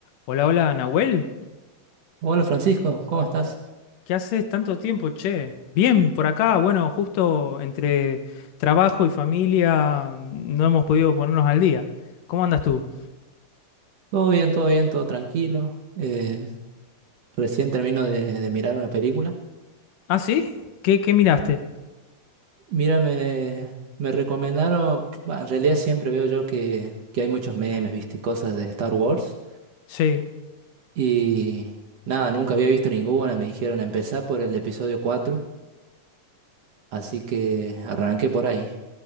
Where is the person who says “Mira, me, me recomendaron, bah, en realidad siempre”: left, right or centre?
Right